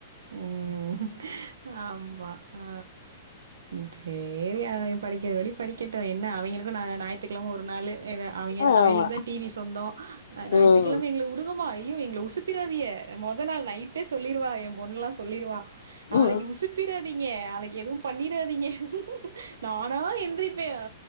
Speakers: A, on the right; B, on the left.
A: உம் ஆம்மா அ ம் சேரி அவி படிக்கிற வடி படிக்கட்டு என்ன அவிங்கள க்கு நா ஞாயித்துகெழம ஒரு நாளு இவ அவிங்கள
B: ஆமா
A: அவிங்குளுக்கு தா டி வி சொந்தோ அ ஞாய்த்துக்கெழம
B: ம்
A: எங்கள உடுங்கம்மா ஐயோ எ ங்கள உசிப்பிராதிய மொத நாள் நைட்டே சொல்லிருவா எம் பொண்லா சொல்லிருவா நாளைக்கு
B: ம்
A: உசுப்பிராதீங்க நாளைக் எதுவும் பண்ணிறாதீங்க நானா எந்திரிப்பே அ